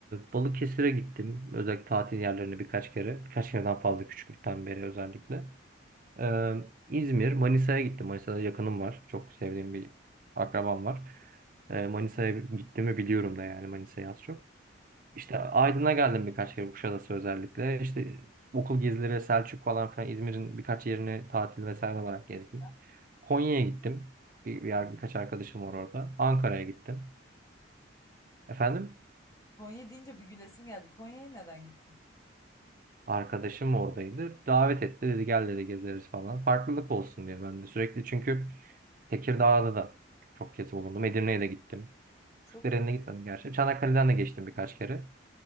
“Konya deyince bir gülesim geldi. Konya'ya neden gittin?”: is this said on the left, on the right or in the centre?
Left